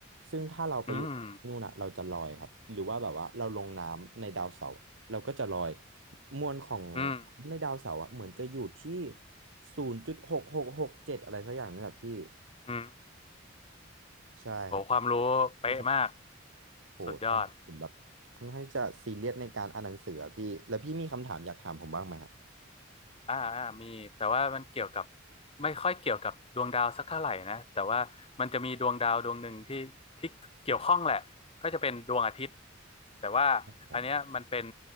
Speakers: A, on the right (about 70°); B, on the left (about 30°).
A: ซึ่งถ้าเราไปอยู่นู่นน่ะเราจะลอยครับหรือว่าแบบว่าเราลงน้ำในดาวเสาร์เราก็จะลอย
B: อืม
A: มวลของ
B: อืม
A: ในดาวเสาร์อะเหมือนจะอยู่ที่ศูนย์จุดหกหกหกเจ็ดอะไรสักอย่างนี่แหละพี่
B: อืม
A: ใช่ครับ
B: โหความรู้เป๊ะมาก
A: พี่ครับโหตอนนี้ผมแบบค่อนข้างที่จะซีเรียสในการอ่านหนังสืออะพี่แล้วพี่มีคำถามอยากถามผมบ้างไหมครับ
B: สุดยอด อ่าอ่ามีแต่ว่ามันเกี่ยวกับไม่ค่อยเกี่ยวกับดวงดาวสักเท่าไหร่นะแต่ว่ามันจะมีดวงดาวดวงหนึ่งที่ที่เกี่ยวข้องแหละก็จะเป็นดวงอาทิตย์แต่ว่าอันเนี้ยมันเป็น
A: ผม